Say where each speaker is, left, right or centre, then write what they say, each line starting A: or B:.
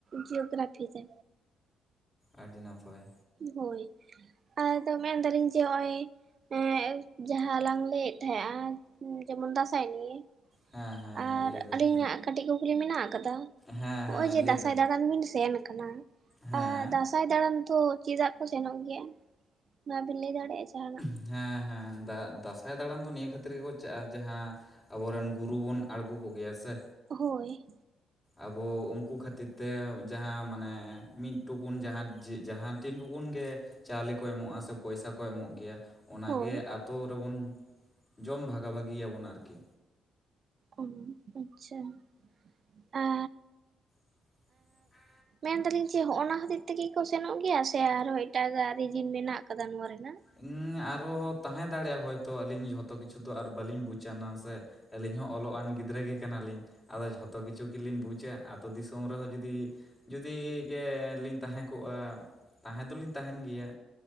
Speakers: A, on the right (about 50°); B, on the left (about 25°).
A: ᱡᱤᱭᱳᱜᱨᱟᱯᱷᱤ ᱛᱮ᱾
B: ᱟᱹᱰᱤ ᱱᱟᱯᱟᱭ᱾
A: ᱦᱳᱭ ᱟᱫᱚ ᱢᱮᱱᱫᱟᱞᱤᱧ ᱡᱮ ᱦᱚᱜᱼᱚᱭ ᱮᱼᱼ ᱡᱟᱭᱦᱟᱸ ᱞᱟᱝ ᱞᱟᱹᱭᱮᱫ ᱛᱟᱦᱮᱸᱫ ᱟ ᱡᱮᱢᱚᱱ ᱫᱟᱸᱥᱟᱭ ᱱᱤᱭᱮ᱾
B: ᱦᱮᱸ ᱦᱮᱸ
A: ᱟᱨ
B: ᱦᱮᱸ ᱞᱟᱹᱭᱵᱤᱱ
A: ᱟᱹᱞᱤᱧᱟᱜ ᱠᱟᱹᱴᱤᱡ ᱠᱩᱠᱞᱤ ᱢᱮᱱᱟᱜ ᱠᱟᱫᱟ᱾
B: ᱦᱮᱸ
A: ᱦᱚᱜ
B: ᱦᱮᱸ
A: ᱚᱭ ᱡᱮ
B: ᱞᱟᱹᱭᱵᱤᱱ
A: ᱫᱟᱸᱥᱟᱭ ᱫᱟᱬᱟᱱ ᱵᱤᱱ ᱥᱮᱱ ᱠᱟᱱᱟ᱾
B: ᱦᱮᱸ
A: ᱟ ᱫᱟᱸᱥᱟᱭ ᱫᱟᱬᱟᱱ ᱫᱚ ᱪᱮᱫᱟᱜ ᱠᱚ ᱥᱮᱱᱚᱜ ᱜᱮᱭᱟ? ᱚᱱᱟ ᱵᱤᱱ ᱞᱟᱹᱭ ᱫᱟᱲᱮᱭᱟᱜ ᱡᱟᱦᱟᱱᱟᱜ?
B: ᱦᱮᱸ ᱦᱮᱸ ᱫᱟᱸ ᱫᱟᱸᱥᱟᱭ ᱫᱟᱬᱟᱱ ᱫᱚ ᱱᱤᱭᱟᱹ ᱠᱷᱟᱹᱛᱤᱨ ᱜᱮᱠᱚ ᱪᱟᱜᱼᱟ ᱡᱟᱦᱟᱸ ᱟᱵᱚᱨᱮᱱ ᱜᱩᱨᱩ ᱵᱚᱱ ᱟᱬᱜᱚ ᱠᱚ ᱜᱮᱭᱟ ᱥᱮ᱾
A: ᱦᱳᱭ᱾
B: ᱟᱵᱚ ᱩᱱᱠᱩ ᱠᱷᱟᱹᱛᱤᱨᱛᱮ ᱡᱟᱦᱟᱸ ᱢᱟᱱᱮ ᱢᱤᱫ ᱴᱩᱠᱩᱱ ᱡᱟᱦᱟᱱ ᱪᱮ ᱡᱟᱦᱟᱸ ᱛᱤᱱ ᱴᱩᱠᱩᱱᱜᱮᱼᱼ ᱪᱟᱣᱞᱮ ᱠᱚ ᱮᱢᱚᱜᱼᱟ ᱥᱮ ᱯᱚᱭᱥᱟ ᱠᱚ ᱮᱢᱚᱜ ᱜᱮᱭᱟ᱾ ᱚᱱᱟᱜᱮ
A: ᱦᱳᱭ
B: ᱟᱛᱳ ᱨᱮᱵᱚᱱ ᱡᱚᱢ ᱵᱷᱟᱜᱟᱼ ᱵᱷᱟᱜᱤᱭᱟᱵᱚᱱ ᱟᱨᱠᱤ᱾
A: ᱚ ᱵ. ᱢᱟᱪᱪᱷᱟ <unintelligible>
B: <inaudible>
A: ᱢᱮᱱ ᱫᱟᱞᱤᱧ ᱡᱮ ᱦᱚᱜ ᱚᱱᱟ ᱦᱟᱹᱚᱛᱤᱨ ᱛᱮᱜ ᱢᱮᱱ ᱫᱟ. ᱞᱤᱧ ᱡᱮ ᱦᱚᱜ ᱱᱚᱣᱟ ᱠᱷᱟᱛᱤᱨ ᱠᱚ ᱥᱮᱱᱚᱜ ᱜᱮᱭᱟ ᱥᱮ ᱟᱨᱦᱚᱸ ᱮᱴᱟᱜ ᱟᱜ ᱨᱤᱡᱤᱱ ᱢᱮᱱᱟᱜ ᱠᱟᱫᱟ ᱱᱚᱣᱟ ᱨᱮᱱᱟᱜ?
B: ᱦᱩᱸ ᱟᱨᱚ ᱛᱟᱦᱮᱸ ᱫᱟᱲᱮᱭᱟᱜᱼᱟ ᱦᱚᱭᱛᱳ ᱟᱹᱞᱤᱧ ᱡᱷᱚᱛᱚ ᱠᱤᱪᱷᱩ ᱛᱚ ᱟᱨ ᱵᱟᱹᱞᱤᱧ ᱵᱩᱡᱽᱱᱟ ᱥᱮ᱾ ᱟᱹᱞᱤᱧ ᱦᱚᱸ ᱚᱞᱚᱜ ᱟᱱ ᱜᱤᱫᱽᱨᱟᱹ ᱜᱮ ᱠᱟᱱᱟᱞᱤᱧ᱾ ᱟᱫᱚ ᱡᱷᱚᱛᱚ ᱠᱤᱪᱷᱩ ᱠᱤᱞᱤᱧ ᱵᱩᱪᱟ ᱟ ᱟᱹᱛᱩ ᱫᱤᱥᱚᱢ ᱨᱮᱦᱚᱸ ᱡᱩᱫᱤᱼᱼ ᱡᱩᱫᱤ ᱜᱮᱞᱤᱧ ᱛᱟᱦᱮᱸ ᱠᱚᱜᱼᱟ ᱛᱟᱦᱮᱸ ᱫᱚᱞᱤᱧ ᱛᱟᱦᱮᱱ ᱜᱮᱭᱟ᱾